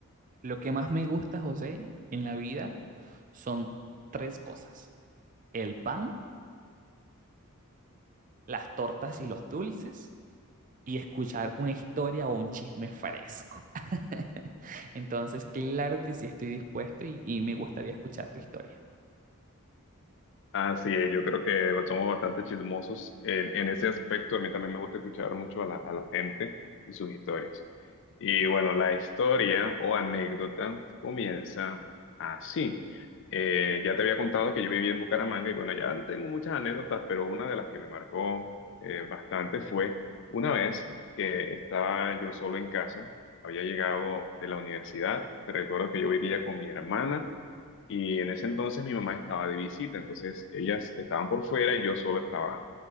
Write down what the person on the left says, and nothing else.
Así es, yo creo que somos bastante chismosos en, en ese aspecto. A mí también me gusta escuchar mucho a la, a la gente y sus historias. Y bueno, la historia o anécdota comienza así. Eh, ya te había contado que yo viví en Bucaramanga y bueno, ya tengo muchas anécdotas, pero una de las que me marcó eh, bastante fue una vez que estaba yo solo en casa, había llegado de la universidad. Te recuerdo que yo vivía con mi hermana y en ese entonces mi mamá estaba de visita, entonces ellas estaban por fuera y yo solo estaba